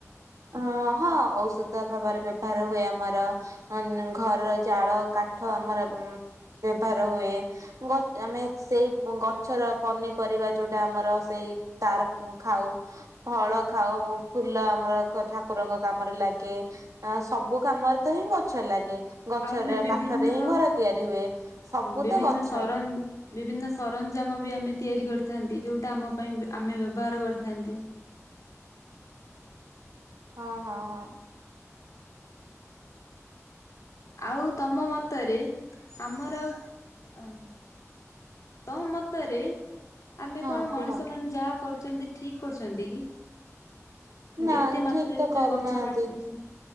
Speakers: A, on the right (about 85°); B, on the left (about 80°).
A: ଅ ହଁ ଔଷଧ ଭାବରେ ବ୍ୟବହାର ହୁଏ ଆମର ‌। ଅନ୍ ଘର ଜାଳ କାଠ ଆମର ଉଁ ବ୍ୟବହାର ହୁଏ। ଗ ଆମେ ସେଇ <unintelligible> ଗଛର ପନିପରିବା ଯୋଉଟା ଆମର ସେଇ ତାର ଖାଉ ଫଳ ଖାଉ ଫୁଲ ଆମର ଠାକୁରଙ୍କ କାମରେ ଲାଗେ ଆ ସବୁ କାମରେ ତ ହିଁ ଗଛ ଲାଗେ। ଗଛର
B: ଆଉ ଆମେ ବିଭିନ୍ନ
A: କାଠରେ ହିଁ
B: ହଁ
A: ଘର ତିଆରି ହୁଏ ସବୁ
B: ବିଭିନ୍ନ
A: ତ ଗଛ।
B: ସରଞ୍ଜ ବିଭିନ୍ନ ସରଞ୍ଜାମ ବି ଆମେ ତିଆରି କରିଥାନ୍ତି ଯୋଉଟା ଆମ ପାଇଁ ଆମେ ବ୍ୟବହାର କରିଥାନ୍ତି।
A: ହଁ-ହଁ-ହଁ
B: ଆଉ ତମ ମତରେ ଆମର ଆଉ ଆ <unintelligible> ମତରେ ଆମେ
A: ହଁ
B: କଣ
A: କୁହ।
B: ମଣିଷ ମାନେ ଯାହା କରୁଚନ୍ତି ଠିକ୍ କରୁଚନ୍ତି କି?
A: ନା
B: ଏତେ ମାତ୍ରାରେ
A: ଠିକ ତ କରୁନାହାନ୍ତି
B: ଯୋଉ ଗଛ କାଟି ଦଉଛ <unintelligible>